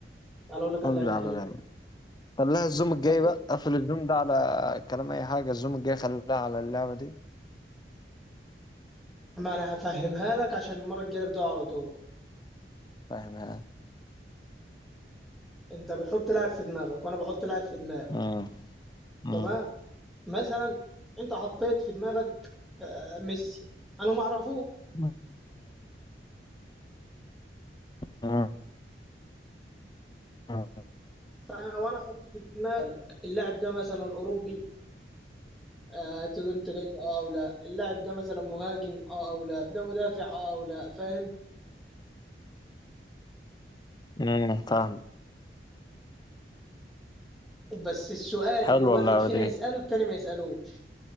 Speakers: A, in the centre; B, on the left (about 25°).
A: تعالى اقول لك
B: قول
A: على لعبة
B: لي على
A: حلوة
B: اللعبة خليها الزوم الجاي
A: هتحط-
B: بقى قفل الزوم ده على كلام أي حاجة الزوم الجاي خليها على اللعبة دي
A: ما انا هفهمها لك عشان المرة الجاية نبدأ على طول
B: فاهم يعني
A: انت بتحط لاعب في دماغك وانا بحط لاعب في دماغي
B: مم. مم.
A: تمام مثلا انت حطيت في دماغك آه، ميسي انا ما اعرفوش
B: مم. مم. مم.
A: فأنا- وانا حاطط في دماغك اللاعب ده مثلا اوروبي آه تقول انت جاي اه او لا اللاعب ده مثلا مهاجم اه او لا ده مدافع اه او لا فاهم
B: مم. فاهم
A: بس السؤال
B: حلوة
A: اللي واحد
B: اللعبة
A: فينا
B: دي
A: يسأله التاني ما يسألوش